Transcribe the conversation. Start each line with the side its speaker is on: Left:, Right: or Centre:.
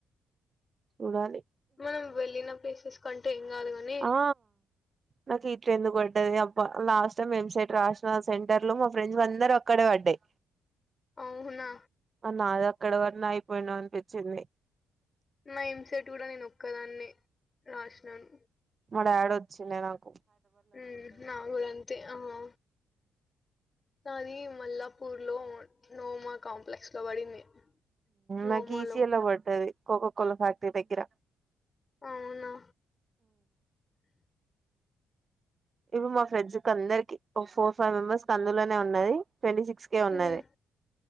Right: చూడాలి
Left: మనం వెళ్ళిన ప్లేసెస్ కంటే గాదు గానీ
Right: ఆ నాకి ఎందుకు పడ్డది అబ్బా లాస్ట్ టైం ఏం సెట్ రాసిన సెంటర్ లో మా ఫ్రెండ్స్ అందరివి అక్కడే బడ్డాయ్
Left: అవునా!
Right: అన్ నాదె అక్కడ పడన అయిపోయిండు అనిపించింది
Left: నా ఎంసెట్ కూడా నేను ఒక్కదాన్నే రాష్నాను
Right: మ డాడ్ వచ్చిండ నాక్
Left: మ్ హు మా ఊరంతే హా నాది మల్లాపూర్ లో నోమా కాంప్లెక్స్ లో పడింది. నోమాలో.
Right: నకి ఈసి లో పడ్డది కోకో కొల ఫ్యాక్టరీ దగ్గర
Left: అవునా
Right: ఇవి మా ఫ్రెడ్జ్ కి అందరికి ఒక ఫోర్ ఫైవ్ మెంబర్స్ కి అందులోనే ఉన్నది. ట్వంటీ సిక్స్ కేే ఉన్నది
Left: హ్మ్.